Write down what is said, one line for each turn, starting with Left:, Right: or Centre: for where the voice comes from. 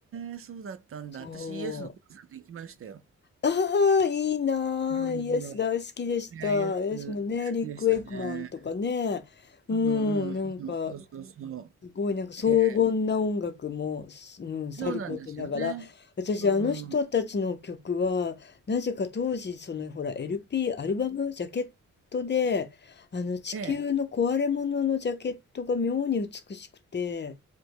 Right: え、そうだったんだ。
Left: そ
Right: 私、イエスのコンサート行きましたよ。
Left: う。ああ、いいなあ。
Right: うんうん。
Left: イエス大好きでした。
Right: いや、イエス好
Left: イエスもね、リック・
Right: きでしたね。
Left: ウェイクマンとかね。うん、
Right: うんうんうん、
Left: なんか、
Right: そうそうそう。
Left: すごいなんか荘厳な音楽も、
Right: ええ、
Left: すうん、
Right: そうなんですよね。
Left: さることながら私あの人たちの曲はなぜか当時そのほら
Right: うん。
Left: LP アルバムジャケットであの地球の壊れ物のジャケットが妙に美しくて、
Right: ええ、